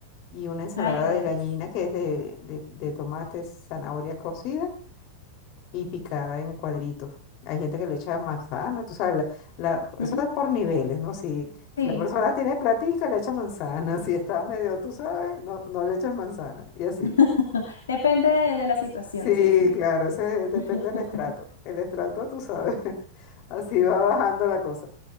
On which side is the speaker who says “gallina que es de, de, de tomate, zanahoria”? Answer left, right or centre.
Left